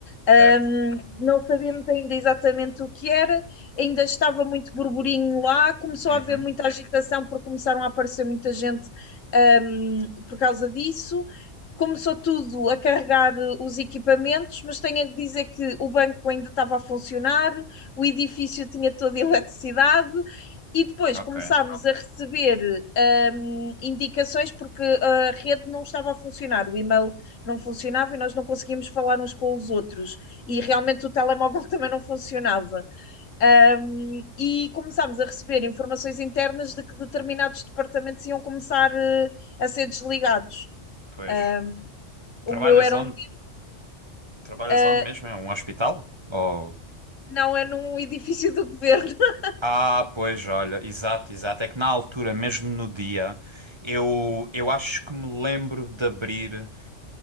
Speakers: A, on the left; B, on the right.
A: Ah,
B: Certo.
A: Portanto, não sabemos ainda exatamente o que era, ainda estava muito burburinho lá, começou
B: Uhum.
A: a haver muita agitação porque começaram a aparecer muita gente um, por causa disso. Começou tudo a carregar os equipamentos, mas tenho a dizer que o banco ainda estava a funcionar, o edifício tinha toda a eletricidade e depois
B: Ok,
A: começámos a receber hum, indicações porque a rede não estava a funcionar, o e-mail não funcionava e nós não conseguíamos falar uns com os outros e realmente o telemóvel <laughs> também não funcionava. Um, e começámos a receber informações internas de que determinados departamentos iam começar uh, a ser desligados.
B: pois.
A: Um, o
B: Trabalhas
A: meu era
B: onde?
A: um.
B: Trabalhas
A: Uh,
B: onde mesmo? É um hospital? Ou...
A: não, é num <laughs> edifício do governo. <laughs>
B: Ah, pois, olha, exato, exato. É que na altura, mesmo no dia, eu, eu acho que me lembro de abrir.